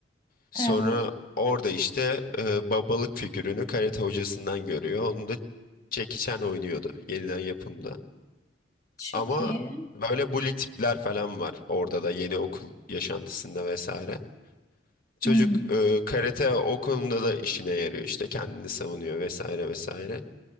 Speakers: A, on the left; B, on the left.
A: Sonra
B: Evet.
A: orada işte e, babalık figürünü karate hocasından görüyor. Onu da Jackie Chan oynuyordu yeniden yapımda.
B: Çok
A: Ama
B: iyi.
A: böyle bully tipler falan var orada da yeni okul yaşantısında vesaire. Çocuk
B: Hmm.
A: e, karate o konuda da işine yarıyor işte kendini savunuyor vesaire vesaire.